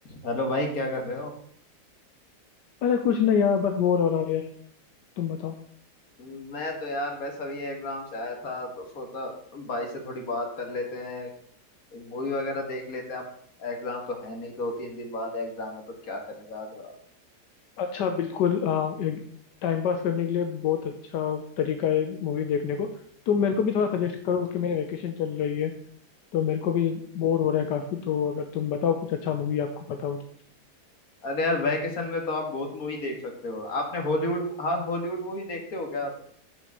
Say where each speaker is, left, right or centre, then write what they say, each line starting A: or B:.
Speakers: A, on the left; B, on the left.
A: Hello भाई क्या कर रहे हो
B: अरे कुछ नहीं यार बस बोर हो रहा है यार तुम बताओ
A: मैं तो यार वैसा भी एग्जाम से आया था तो सोचा भाई से थोड़ी बात कर लेते हैं मूवी वगैरह देख लेते हैं अब एग्जाम तो है नहीं दो तीन दिन बाद एग्जाम है तो क्या करेंगे आज रात
B: अच्छा बिल्कुल आ, एक टाइम पास करने के लिए बहुत अच्छा तरीका है मूवी देखने को तुम मेरे को भी थोड़ा सजेस्ट करो क्योंकि मेरी वेकेशन चल रही है तो मेरे को भी बोर हो रहा है काफ़ी तो अगर तुम बताओ कुछ अच्छा मूवी आपको पता हो तो
A: अरे यार वैकेशन में तो आप बहुत मूवी देख सकते हो आपने हॉलीवुड हाँ हॉलीवुड मूवी देखते हो क्या आप